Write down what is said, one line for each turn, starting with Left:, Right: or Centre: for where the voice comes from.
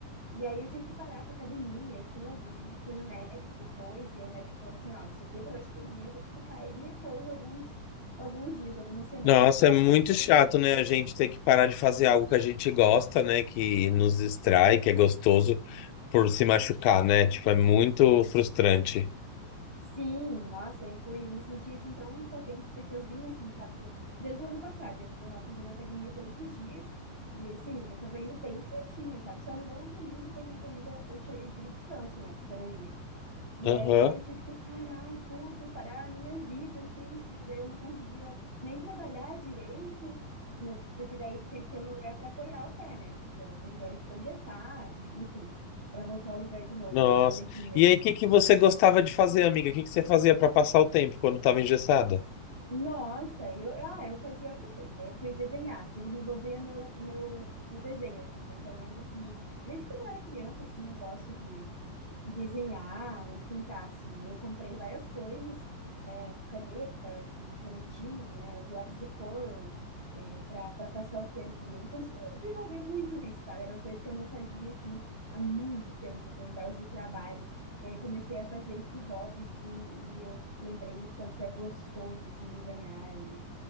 Right: E aí eu tive que parar com a academia e tudo, e fui no médico depois, e aí o médico falou assim, ó, você quebrou esse dedinho, tem que ficar ele em repouso alguns, alguns dias, algumas semanas.
Left: Nossa,
Right: Eu falei,
Left: é muito
Right: nossa,
Left: chato, né? A gente ter que parar de fazer algo que a gente gosta, né? Que nos distrai, que é gostoso. por se machucar, né? Tipo, é muito frustrante.
Right: sim, nossa, eu fui, me senti assim tão impotente, porque eu vinha assim, sabe, do- desde o ano passado, eu tava fazendo academia todos os dias, e assim, eu tava indo bem certinho, sabe, só não vou no domingo, porque no domingo eu tirei o dia de descanso, né, se eu não ia. E
Left: Aham.
Right: aí eu tive que parar tudo, parar a minha vida, assim, que daí eu não conseguia nem trabalhar direito, não, porque daí tinha que ter um lugar para apoiar o pé, né? Pra- porque daí ele ficou engessado, e- enfim, para voltar ao lugar de novo,
Left: Nossa.
Right: o dedinho
Left: E
Right: ali.
Left: aí, o que que você gostava de fazer, amiga? O que que você fazia pra passar o tempo quando tava engessada?
Right: Nossa, aí eu, ah, eu fazia outras coisas. Aí eu fui desenhar, fui desenvolver meu, o meu, meu desenho, assim, porque eu lembro que desde quando eu era criança, assim, eu gosto de, de desenhar e pintar, assim. Aí eu comprei várias coisas é, canetas e canetinhas, lápis de cor, é, para passar o tempo. E aí consegui desenvolver muito isso, sabe? Era uma coisa que eu não fazia, assim, há muito tempo, por causa do trabalho. E aí comecei a fazer esse hobby, assim, e eu lembrei o quanto é gostoso, assim, desenhar. E,